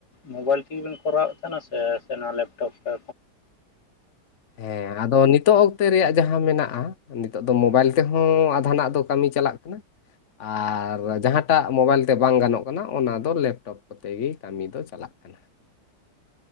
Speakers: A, on the left (about 70°); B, on the left (about 50°).
A: ᱢᱳᱵᱟᱭᱤᱞ ᱛᱮᱜᱮ ᱵᱮᱱ ᱠᱚᱨᱟᱣᱮᱫ ᱠᱟᱱᱟ ᱥᱮ ᱥᱮ ᱱᱚᱣᱟ ᱞᱮᱯᱴᱚᱯ ᱛᱮ?
B: ᱦᱮᱸ ᱟᱫᱚ ᱱᱤᱛᱚᱜ ᱚᱠᱛᱮ ᱨᱮᱭᱟᱜ ᱡᱟᱦᱟᱸ ᱢᱮᱱᱟᱜ-ᱟ ᱱᱤᱛᱚᱜ ᱫᱚ ᱢᱳᱵᱟᱭᱤᱞ ᱛᱮᱦᱚᱸ ᱟᱫᱷᱟᱱᱟᱜ ᱫᱚ ᱠᱟᱹᱢᱤ ᱪᱟᱞᱟᱜ ᱠᱟᱱᱟ ᱟᱨ ᱡᱟᱦᱟᱸᱴᱟᱜ ᱢᱳᱵᱟᱭᱤᱞ ᱛᱮ ᱵᱟᱝ ᱜᱟᱱᱚᱜ ᱠᱟᱱᱟ ᱚᱱᱟ ᱫᱚ ᱞᱮᱯᱴᱚᱯ ᱠᱚᱛᱮ ᱜᱮ ᱠᱟᱹᱢᱤ ᱫᱚ ᱪᱟᱞᱟᱜ ᱠᱟᱱᱟ